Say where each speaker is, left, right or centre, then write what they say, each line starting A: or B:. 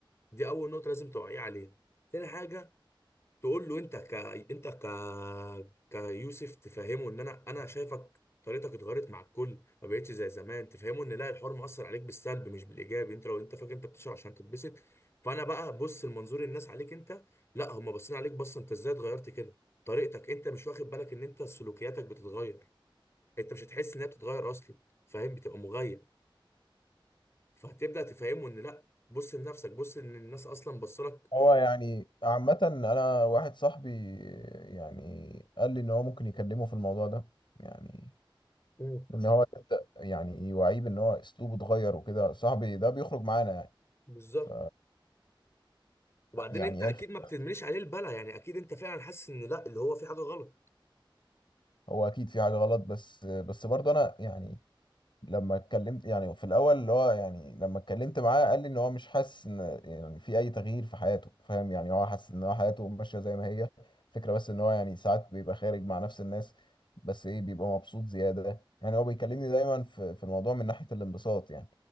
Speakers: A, on the left; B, on the left.
A: دي اول نقطه لازم توعيه عليها تاني حاجه تقول له انت ك انت ك كيوسف تفهمه ان انا انا شايفك طريقتك اتغيرت مع الكل ما بقتش زي زمان تفهمه ان لا الحوار مؤثر عليك بالسلب مش بالايجاب انت لو انت فاكر انت بتشرب عشان تتبسط فانا بقى بص المنظور الناس عليك انت لا هم باصين عليك بصه انت ازاي اتغيرت كده طريقتك انت مش واخد بالك ان انت سلوكياتك بتتغير انت مش هتحس انها بتتغير اصلا فاهم بتبقى مغيب فهتبدا تفهمه ان لا بص لنفسك بص ان الناس اصلا بصلك
B: هو يعني عامة أنا واحد صاحبي يعني قال لي إن هو ممكن يكلمه في الموضوع ده يعني
A: مم.
B: إن هو يبدأ يعني يوعيه بإن هو أسلوبه اتغير وكده صاحبي ده بيخرج معانا يعني
A: بالظبط
B: ف
A: وبعدين
B: يعني
A: انت
B: إيه
A: اكيد
B: الفكرة؟
A: ما بتدمنيش عليه البلا يعني اكيد انت فعلا حاسس ان لا اللي هو في حاجه غلط
B: هو أكيد في حاجة غلط بس بس برضه أنا يعني لما اتكلمت يعني في الاول اللي هو يعني لما اتكلمت معاه قال لي ان هو مش حاسس ان يعني في اي تغيير في حياته فاهم يعني هو حاسس ان هو حياته ماشيه زي ما هي الفكره بس ان هو يعني ساعات بيبقى خارج مع نفس الناس بس ايه بيبقى مبسوط زياده يعني هو بيكلمني دايما في في الموضوع من ناحيه الانبساط يعني